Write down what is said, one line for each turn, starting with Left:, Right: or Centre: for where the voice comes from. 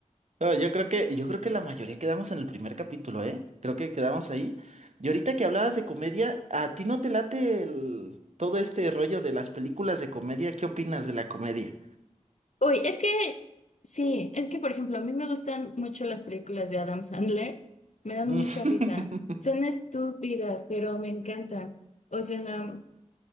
Right: No, yo creo que, yo creo que la mayoría quedamos en el primer capítulo, ¿eh? Creo que quedamos ahí. Y ahorita que hablabas de comedia, ¿a ti no te late el- todo este rollo de las películas de comedia? ¿Qué opinas de la comedia?
Left: Uy, es que, sí, es que, por ejemplo, a mí me gustan mucho las películas de Adam Sandler, me dan
Right: Mm,
Left: mucha risa.
Right: <laughs>
Left: Son estúpidas, pero me encantan. O sea,